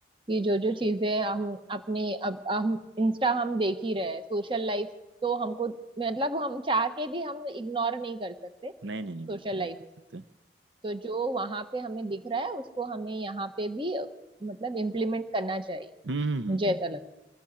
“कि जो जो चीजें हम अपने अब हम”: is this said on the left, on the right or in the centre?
Right